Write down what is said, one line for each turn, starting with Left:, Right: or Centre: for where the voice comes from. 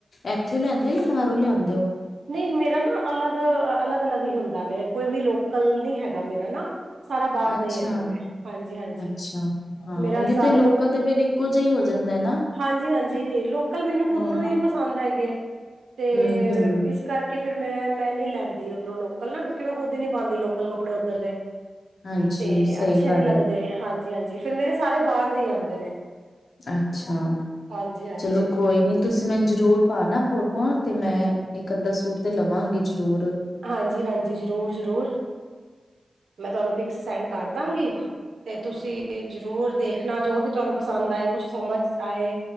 Left: ਇੱਥੇ ਲਿਆਂਦੇ ਜਾਂ ਬਾਹਰੋਂ ਲਿਆਂਦੇ ਹੋ।
Right: ਨਹੀਂ ਮੇਰਾ ਨਾ ਅਲੱਗ- ਅਲੱਗ -ਅਲੱਗ ਹੀ ਹੁੰਦਾ ਵਾ। ਕੋਈ ਵੀ ਲੋਕਲ ਨਹੀਂ ਹੈਗਾ ਮੇਰਾ ਨਾ। ਸਾਰਾ ਬਾਰ
Left: ਅੱਛਾ।
Right: ਦਾ ਈ ਹੈਗਾ ਵੇ ਹਾਂਜੀ-ਹਾਂਜੀ
Left: ਅੱਛਾ। ਹਾਂ,
Right: ਮੇਰਾ
Left: ਉਹੀ
Right: ਸਾਰੇ
Left: ਤੇ ਲੋਕਲ ਤੇ ਫੇਰ ਇੱਕੋ ਜਿਹਾ ਹੋ ਜਾਂਦਾ। ਹੁੰਦਾ ਨਾ।
Right: ਹਾਂਜੀ- ਹਾਂਜੀ ਜੀ ਲੋਕਲ ਮੈਨੂੰ ਖੁਦ
Left: ਹਾਂ,
Right: ਨੂੰ ਹੀ ਨਹੀਂ ਪਸੰਦ ਹੈਗੇ। ਤੇ
Left: ਹੂੰ-ਹੂੰ,
Right: ਇਸ ਕਰ ਕਰਕੇ ਫਿਰ ਮੈਂ, ਮੈਂ ਨੀ ਲੈਂਦੀ ਉੱਧਰੋਂ ਲੋਕਲ ਨਾ ਕਿਉਂਕਿ ਮੈਂ ਖੁਦ ਹੀ ਨੀ ਪਾਉਂਦੀ ਲੋਕਲ ਕੱਪੜੇ ਉੱਧਰ ਦੇ।
Left: ਹਾਂਜੀ
Right: ਤੇ
Left: ਸਹੀ
Right: ਅੱਛੇ
Left: ਗੱਲ
Right: ਨੀ ਲੱਗਦੇ।
Left: ਏ।
Right: ਹਾਂਜੀ -ਹਾਂਜੀ ਫਿਰ ਮੇਰੇ ਸਾਰੇ ਬਾਹਰ ਦੇ ਹੀ ਆਉਂਦੇ ਨੇ।
Left: ਅੱਛਾ।
Right: ਹਾਂਜੀ-ਹਾਂਜੀ।
Left: ਚਲੋ, ਕੋਈ ਨੀ। ਤੁਸੀਂ ਮੈਨੂੰ ਜਰੂਰ ਪਾ ਨਾ ਫੋਟੋਆਂ ਤੇ ਮੈਂ ਇੱਕ- ਅੱਧਾ ਸੂਟ ਤੇ ਲਵਾਂਗੀ। ਜ਼ਰੂਰ।
Right: ਹਾਂਜੀ -ਹਾਂਜੀ, ਜ਼ਰੂਰ- ਜ਼ਰੂਰ ਮੈਂ ਤੁਹਾਨੂੰ ਫਿਕਸ ਸੈਂਡ ਕਰ ਦਾਂਗੀ। ਤੇ ਤੁਸੀਂ ਜ਼ਰੂਰ ਦੇਖਣਾ ਜੋ ਵੀ ਤੁਹਾਨੂੰ ਪਸੰਦ ਆਏ, ਕੁਛ ਸਮਝ ਆਏ।